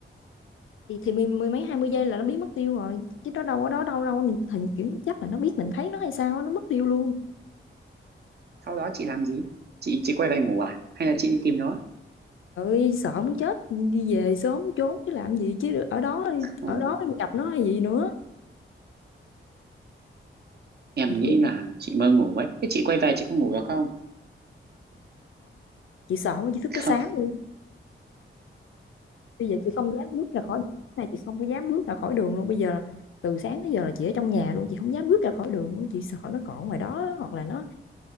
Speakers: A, on the left; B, on the right.
A: Thì thì mười, mười mấy hai mươi giây là nó biến mất tiêu rồi chứ nó đâu có đó đâu đâu hình kiểu chắc là nó biết mình thấy nó hay sao á, nó mất tiêu luôn.
B: sau đó chị làm gì chị chị quay về ngủ à hay là chị đi tìm nó
A: Trời ơi sợ muốn chết đi về sớm trốn chứ làm gì chứ ở đó
B: ừ.
A: ở đó gặp nó hay gì nữa.
B: em
A: Thiệt
B: nghĩ
A: luôn
B: là chị mơ ngủ ấy thế chị quay về chị có ngủ được không
A: chị sợ mà chị thức
B: <laughs>
A: tới sáng
B: không
A: luôn. bây giờ chị không dám bước ra khỏi này chị không có dám bước ra khỏi đường luôn bây giờ từ sáng tới giờ là chị ở trong nhà luôn chị không dám bước ra khỏi đường luôn chị sợ nó còn ngoài đó hoặc là nó